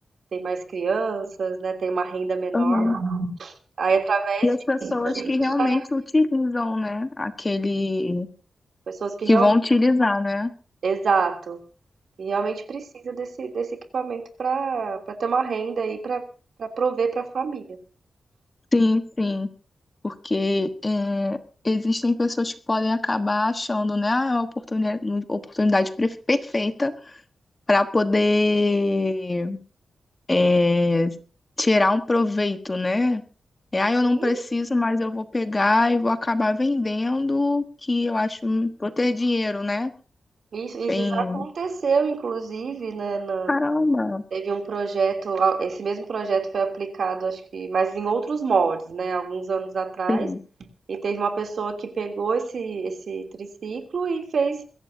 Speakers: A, on the right; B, on the left.
A: tem mais crianças, né, tem uma renda menor.
B: Aham.
A: Aí, através
B: E as pessoas
A: disso, a gente
B: que realmente
A: vai,
B: utilizam, né, aquele
A: pessoas que
B: que
A: realmente,
B: vão utilizar, né?
A: exato, que realmente precisa desse, desse equipamento para para ter uma renda aí para para prover para a família.
B: Sim, sim, porque é, existem pessoas que podem acabar achando, né, ah, é uma oportunidade, oportunidade pre- perfeita para poder é, tirar um proveito, né? É, ah, eu
A: E,
B: não preciso, mas eu vou pegar e vou acabar vendendo, que eu acho, vou ter dinheiro, né?
A: Isso, isso
B: Tem,
A: já aconteceu, inclusive, né, na-
B: caramba,
A: teve um projeto, a- esse mesmo projeto foi aplicado, acho que, mas em outros moldes, né, alguns anos atrás,
B: tem,
A: e teve uma pessoa que pegou esse, esse triciclo e fez,